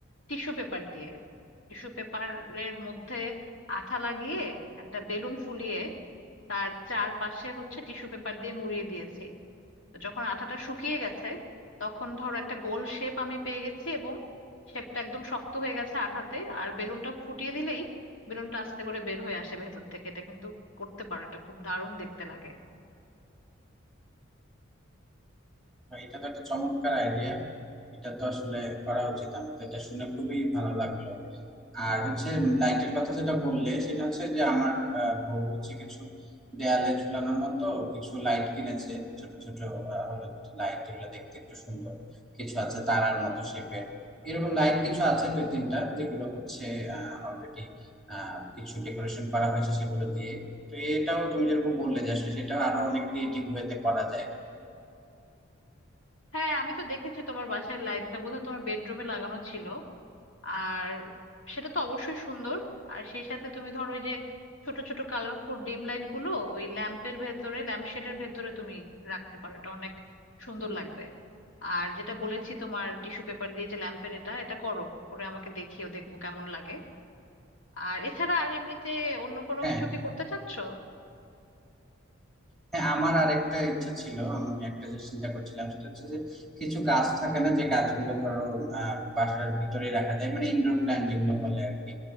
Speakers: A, on the left; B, in the centre.
A: টিস্যু পেপার দিয়ে টিস্যু পেপারের মধ্যে আঠা লাগিয়ে একটা বেলুন ফুলিয়ে তার চারপাশে হচ্ছে টিস্যু পেপার দিয়ে মুড়িয়ে দিয়েছি যখন আঠাটা শুকিয়ে গেছে তখন ধরো একটা গোল শেপ আমি পেয়ে গেছি এবং শেপটা একদম শক্ত হয়ে গেছে আঠাতে আর বেলুনটা ফুটিয়ে দিলেই বেলুনটা আস্তে করে বের হয়ে আসে ভেতর থেকে এটা কিন্তু করতে পারো এটা খুব দারুণ দেখতে লাগে
B: বা এটা তো একটা চমৎকার আইডিয়া এটা তো আসলে করা উচিত আমি তো এটা শুনে খুবই ভালো লাগলো আর হচ্ছে লাইটের কথা যেটা বললে সেটা হচ্ছে যে আমার আহ, বউ হচ্ছে কিছু দেয়ালে ঝুলানোর মতো কিছু লাইট কিনেছে ছোট ছোট আহ, হলুদ লাইট এগুলো দেখতে একটু সুন্দর কিছু আছে তারার মতো শেপের এরকম লাইট কিছু আছে দুই তিনটা যেগুলো হচ্ছে অলরেডি কিছু ডেকোরেশন করা হয়েছে সেগুলো দিয়ে তো এটাও তুমি যেরকম বললে যে আসলে সেটাও আরো অনেক ক্রিয়েটিভ ওয়েতে করা যায়
A: হ্যাঁ আমি তো দেখেছি তোমার বাসার লাইট এটা বোধহয় তোমার বেডরুমে লাগানো ছিল আর সেটা তো অবশ্যই সুন্দর আর সেই সাথে তুমি ধরো ওই যে ছোট ছোট কালারফুল ডিম লাইট গুলো ওই ল্যাম্পের ভেতরে ল্যাম্প শেডের ভেতরে তুমি রাখতে পারো এটা অনেক সুন্দর লাগবে আর যেটা বলেছি তোমার টিস্যু পেপার দিয়ে যে ল্যাম্পের এটা এটা করো করে আমাকে দেখিও দেখবো কেমন লাগে আর এছাড়া আর এমনিতে অন্য কোনো
B: হ্যাঁ
A: কিছু কি করতে চাচ্ছ
B: হ্যাঁ আমার আর একটা ইচ্ছা ছিল আমি একটা যে চিন্তা করছিলাম সেটা হচ্ছে যে কিছু গাছ থাকে না যে গাছগুলো ধরো আহ, বাসার ভিতরে রাখা যায় মানে ইনডোর প্ল্যান্ট যেগুলো বলে আর কি